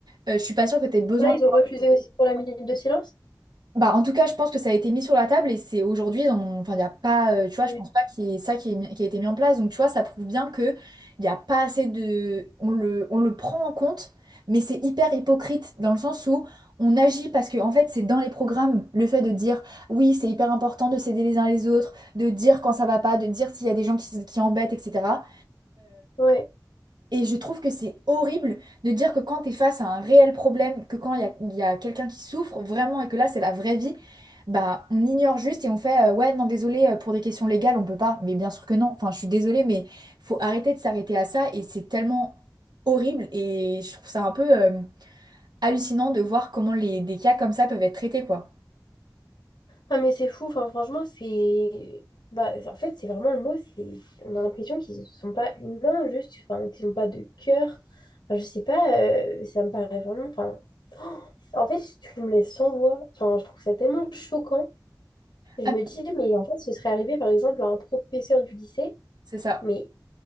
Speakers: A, on the right; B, on the left.
A: euh, je suis pas sûre que tu aies besoin
B: Là, ils ont refusé aussi pour la minute de silence.
A: Bah, en tout cas, je pense que ça a été mis sur la table et c'est aujourd'hui, on- enfin, il y a pas, euh, tu vois,
B: Ouais.
A: je pense pas qu'il y ait ça qui, est mis- qui a été mis en place. Donc, tu vois, ça prouve bien que il y a pas assez de, on le, on le prend en compte, mais c'est hyper hypocrite dans le sens où on agit parce que, en fait, c'est dans les programmes le fait de dire oui, c'est hyper important de s'aider les uns les autres, de dire quand ça va pas, de dire s'il y a des gens qui, s- qui embêtent, etc.
B: Ouais.
A: Et je trouve que c'est horrible de dire que quand tu es face à un réel problème, que quand il y a, il y a quelqu'un qui souffre vraiment et que là c'est la vraie vie, bah on ignore juste et on fait euh, ouais non désolé euh, pour des questions légales on peut pas. Mais bien sûr que non. Enfin je suis désolée mais faut arrêter de s'arrêter à ça et c'est tellement horrible et je trouve ça un peu euh, hallucinant de voir comment les, des cas comme ça peuvent être traités quoi.
B: Ah, mais c'est fou. Enfin, franchement, c'est. Bah, en fait, c'est vraiment le mot. C'est... On a l'impression qu'ils ne sont pas humains, juste. Enfin, qu'ils n'ont pas de cœur. Enfin, je sais pas. euh, ça me paraît vraiment. Enfin... oh, en fait, tu me laisses sans voix. Enfin, je trouve ça tellement choquant. Je
A: Ah,
B: me dis, mais en fait, ce serait arrivé, par exemple, à un professeur du lycée.
A: c'est ça.
B: Mais